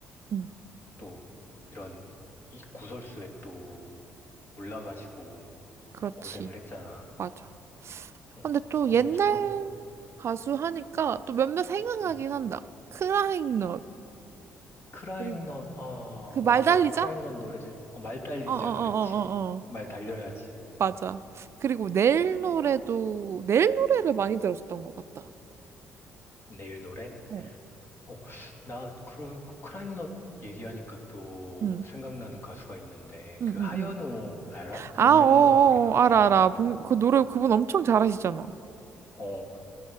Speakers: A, on the right; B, on the left.
A: 응.
B: 또 이런 이 구설수에 또 올라가지고
A: 그렇지.
B: 고생을 했잖아.
A: 맞아.
B: 응.
A: 근데 또
B: 그런
A: 옛날
B: 것처럼,
A: 가수 하니까 또 몇몇 생각나긴
B: 응.
A: 한다. 크라잉넛.
B: 크라잉넛,
A: 그리고
B: 어,
A: 그 말달리자?
B: 맞아. 크라잉넛 노래들, 어, 말 달리자.
A: 어어어어어어.
B: 그렇지. 말 달려야지.
A: 맞아. 그리고 내일 노래도, 내일 노래를 많이 들었었던 것 같다.
B: 내일 노래?
A: 어.
B: 어, 나, 그, 그 크라잉넛 얘기하니까 또
A: 응.
B: 생각나는 가수가 있는데,
A: 응,
B: 그
A: 응,
B: 하현우
A: 응.
B: 알아? 복면가왕에
A: 아, 어어어.
B: 나왔던.
A: 알아, 알아. 봉- 그 노래 그분 엄청 잘하시잖아.
B: 어,